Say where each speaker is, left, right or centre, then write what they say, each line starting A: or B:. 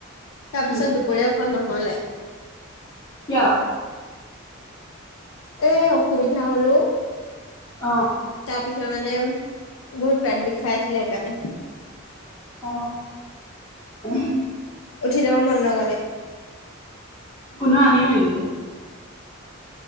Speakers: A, on the left; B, on the left.
A: তাৰপিছত
B: উম
A: দুপৰীয়া খোৱা নহলে
B: কিয়?
A: এ অসুবিধা হলো
B: অ
A: তাৰ পিছত মানে বহুত পেট বি খাই আছিলে সেইকাৰণে
B: অ উ
A: উঠি যাব মন নগলে।
B: কোনেও আনিও নিদিলে।